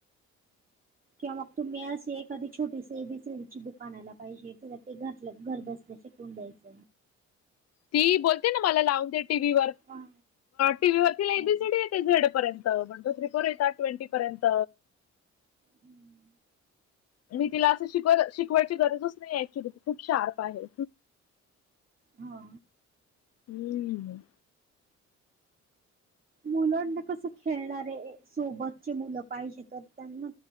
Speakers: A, on the right (about 30°); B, on the left (about 55°).
A: किंवा मग तुम्ही अशी एादी छोटी से बी सडीची दुकानयला पाहिजे तुला ते घर घर बसल्या तुडस
B: ती बोलते ना मला लावून दे टीव्हीवर
A: हा
B: टीव्ही वरती
A: हो
B: लाईबी स झेड पर्यंत म्हण तो तथ्रिपोर येतता ट्वेंटी पर्यंत
A: हम्म
B: मी तिला असं शिकव शिकवायची गरजच नाही ऍक्च्युली ती खूप शार्प आहे
A: हा
B: हम्म
A: मुलांना कसं खेळणारे सोबतचे मुलं पाहिजे तर त्यांना